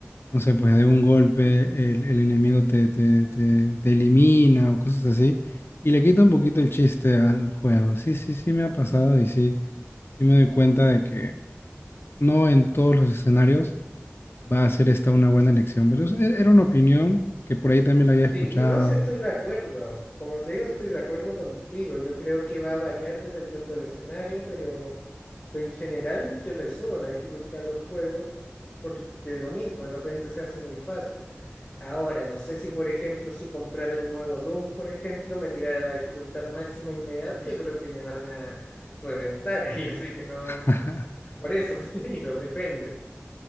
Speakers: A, on the left; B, on the left.
A: no sé, pues de un golpe el, el enemigo te, te, te, te elimina o cosas así, y le quita un poquito el chiste al juego. Sí, sí, sí me ha pasado y sí, sí me doy cuenta de que no en todos los escenarios va a ser esta una buena elección, pero es- e-, era una opinión que por ahí también la había escuchado.
B: Sí, no sé, estoy de acuerdo. Como te digo, estoy de acuerdo contigo. Yo creo que va a variar dependiendo del escenario, pero pero en general yo le subo la dificultad a los juegos porque lo mismo, de repente se hace muy fácil. Ahora, no sé si, por ejemplo, si comprar el nuevo Doom, por ejemplo, me tirara a la dificultad máxima inmediato, yo creo que me van a reventar ahí, <laughs> así que no,
A: <laughs>
B: por eso te <laughs> digo, depende.